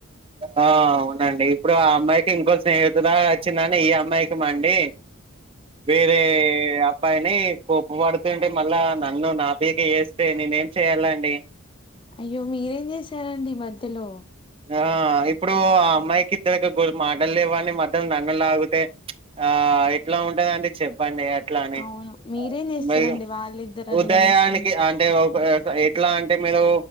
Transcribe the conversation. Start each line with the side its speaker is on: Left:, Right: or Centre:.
Right: ఆ ఉండండి ఇప్పుడు ఆ అమ్మాయికి ఇంకో స్నేహితురాలు వచ్చిందనీ ఈ అమ్మాయికి మండి వేరే అబ్బాయిని కోప్ప పడుతుంటే మళ్ళా నన్ను నా పైకే వేస్తే నేనే ఏం చేయ్యాలండి
Left: అయ్యో మీరేం చేసారండి మధ్యలో
Right: ఆ ఇప్పుడు ఆ అమ్మాయికి ఇతనికికి మాటలులేవని మధ్య నన్ను లాగితే ఆ ఎట్లా ఉంటుందండి చెప్పండి అట్లానీ
Left: అవును మీరేం చేస్తారండి
Right: భయం
Left: వాళ్ళిద్దరు అట్లా
Right: ఉదయానికి
Left: చేసుకుంటే
Right: అంటే ఒక ఎట్లా అంటే మీరు